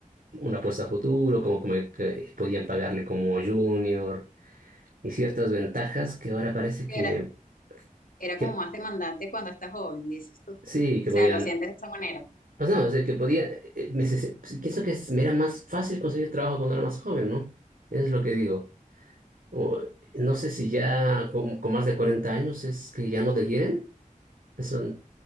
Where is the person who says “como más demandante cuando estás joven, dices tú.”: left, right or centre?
Left